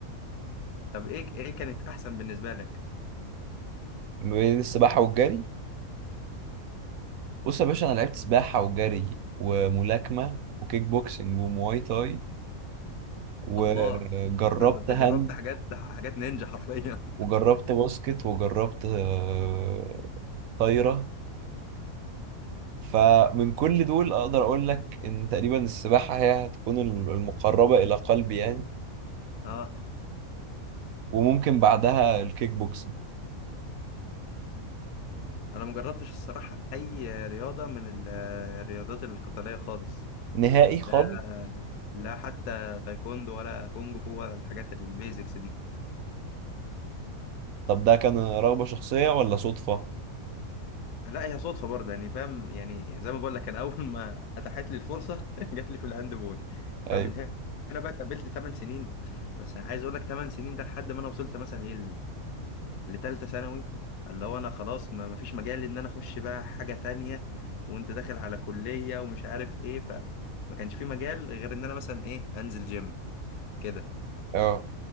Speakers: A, on the left; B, on the right.
A: طب ايه ايه كانت احسن بالنسبة لك؟
B: بين السباحة والجري بص يا باشا انا لعبت سباحة وجري وملاكمة وكيك بوكسنج ومواي تاي وجربت
A: الله <laughs> ده انت
B: هاند
A: جربت حاجات حاجات نينجا حرفيا
B: وجربت باسكت وجربت آه، طايرة فمن كل دول أقدر أقول لك إن تقريبا السباحة هي هتكون ال- المقربة إلى قلبي يعني
A: <laughs> اه
B: وممكن بعدها الكيك بوكسنج
A: انا مجربتش الصراحه اي رياضه من ال- الرياضات القتاليه خالص
B: نهائي خالص
A: لا لا حتى تايكوندو ولا كونج فو ولا الحاجات البيزكس دي
B: طب ده كان رغبة شخصية ولا صدفة؟
A: لا هي صدفه برضه يعني فاهم يعني زي ما بقول لك انا اول ما اتاحت لي الفرصه <laughs> جات لي في الهاند بول فمن
B: أيوة
A: هنا بقى كملت 8 سنين بس عايز اقول لك 8 سنين ده لحد ما انا وصلت مثلا ايه لتالتة ثانوي فاللي هو انا خلاص ما مفيش مجال ان انا اخش بقى حاجة تانية وانت داخل على كلية ومش عارف ايه فما كانش في مجال غير ان انا مثلا ايه انزل جيم كده
B: أه